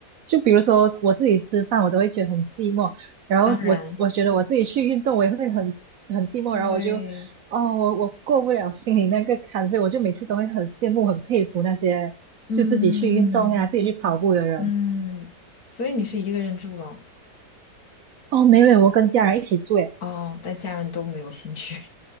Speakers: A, on the right; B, on the left.
A: 就比如说我自己吃饭，我都会觉得很寂寞，然后我我觉得我自己去运动，
B: 当然
A: 我也会很很寂寞，
B: 对，
A: 然后我就哦，我我过不了心里那个坎，所以我就每次都会很羡慕、很佩服那些就自己去运动呀、
B: 嗯。
A: 自己去跑步的人。
B: 嗯，所以你是一个人住咯？
A: 哦，没有，我跟家人一起住诶。
B: 哦，但家人都没有兴趣。